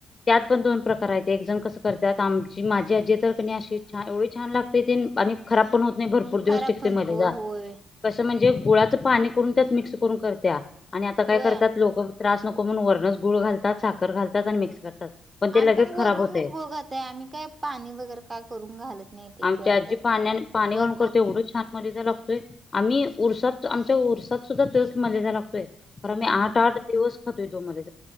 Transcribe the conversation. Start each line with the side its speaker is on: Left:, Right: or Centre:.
Left: त्यात पण दोन प्रकार आहेत एक जण कस करतात आमची माझी आजी तर क अशी छान एवढी छान लागते ते आणि खराब पण होत नाही भरपूर दिवस
Right: खरा
Left: टिकते
Right: पण
Left: मलिदा
Right: होय होय
Left: कसं म्हणजे गुळाचं पाणी करून त्यात मिक्स कर करत्या आणि आता काय
Right: होय
Left: करतात लोक त्रास नको म्हणून वरणच गूळ घालतात साखर घालतात आणि मिक्स करतात ते
Right: आम्ही
Left: लगेच
Right: पण वरूनच
Left: खराब होतय
Right: बोघातय आम्ही काय पाणी वगैरे काय करून घालत नाही ते
Left: आमच्या
Right: गुळाच
Left: आजी पाण्या पाणी
Right: वरण
Left: घालून करते
Right: हम्म
Left: एवढंच छानमध्ये लागतोय आम्ही उरसात आमच्या उरसात सुद्धा तेच मलिदा लागतोय बर मी आठ
Right: हम्म
Left: आठ दिवस खातोय तो मलि